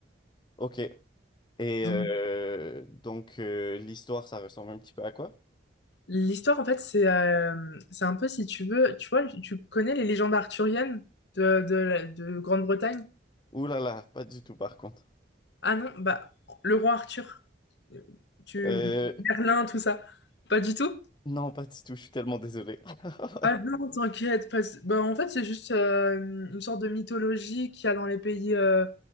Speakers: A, on the left; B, on the left.
A: Ok. Et
B: Donc,
A: euh, donc euh, l'histoire, ça ressemble un petit peu à quoi?
B: l'histoire, en fait, c'est euh, c'est un peu, si tu veux, tu vois, tu tu connais les légendes arthuriennes de, de, la- de Grande-Bretagne?
A: Ouh là là, pas du tout par contre.
B: Ah non, bah, le roi Arthur. Euh, Tu...
A: Euh,
B: Merlin, tout ça. Pas du tout?
A: non, pas du tout, je suis tellement désolé. <laughs>
B: Ah non, t'inquiète. parce- Bah, en fait, c'est juste euh, une sorte de mythologie qu'il y a dans les pays euh,